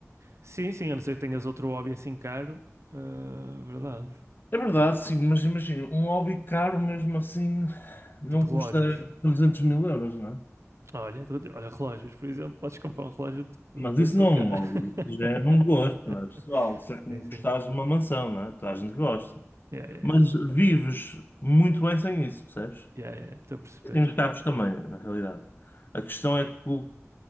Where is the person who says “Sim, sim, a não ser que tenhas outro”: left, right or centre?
Right